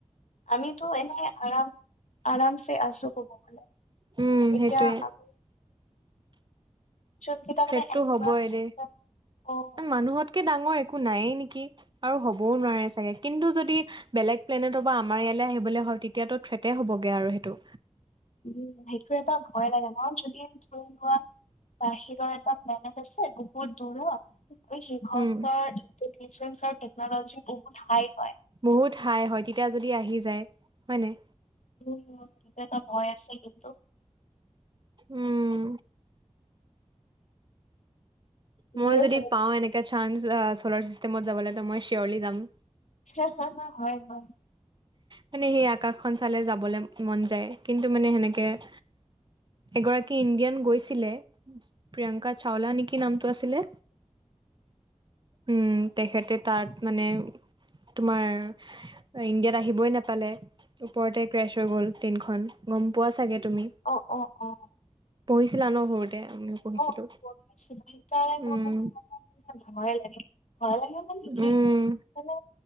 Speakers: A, on the left; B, on the right.
A: আমিতো এনে আৰাম আৰামছে আছো কব গলে।
B: উম
A: এতিয়া
B: সেইটোৱে
A: আমি যোনকেইটা মানে
B: থ্ৰেডটো
A: এনিমেলছ
B: হ'ব এ দে
A: আছে অ'
B: মানুহত কে ডাঙৰ একো নায়েই নেকি? আৰু হ'বও নোৱাৰে চাগে? কিন্তু যদি বেলেগ প্লেনেটৰ পৰা আমাৰ ইয়ালৈ আহিবলৈ হয় তেতিয়াতো থ্ৰেটে হ'বগে আৰু সেইটো।
A: উম সেইটো এটা ভয় লাগে নহয় যদি ধৰি লোৱা বাহিৰৰ এটা নেনেট আছে বহুত দূৰত। আৰু সিহঁতৰ
B: উম
A: ইন্টেলিজেঞ্চ আৰু টেকনলজি বহুত হাই হয়।
B: বহুত হাই হয় তেতিয়া যদি আহি যায় হয় নাই?
A: এইটো এটা ভয় আছে কিন্তু।
B: উম মই
A: ধৰি
B: যদি
A: হেৰি
B: পাওঁ এনেকা চাঞ্চ চলাৰ চিষ্টেমত যাবলে ত' মই চৰলি যাম।
A: হা হা হয় হয়।
B: মানে সেই আকাশখন চালে যাবলৈ মন যায়, কিন্তু মানে সেনেকে- এগৰাকী ইণ্ডিয়ান গৈছিলে। প্ৰিয়ংকা চাওলা নেকি নামটো আছিলে উম। তেখেতে তাত মানে তোমাৰ ইণ্ডিয়াত আহিবই নাপালে, ওপৰতে ক্ৰেছ হৈ গ'ল ট্ৰেইনখন গম পোৱা চাগে? তুমি
A: অ অ অ
B: পঢ়িছিলা ন সৰুতে আমি পঢ়িছিলো,
A: অ পঢ়িছিলো সেইকাৰণে
B: উম।
A: মোৰ মানে অলপ ভয় লাগে, ভয় লাগে মানে কি
B: উম
A: মানে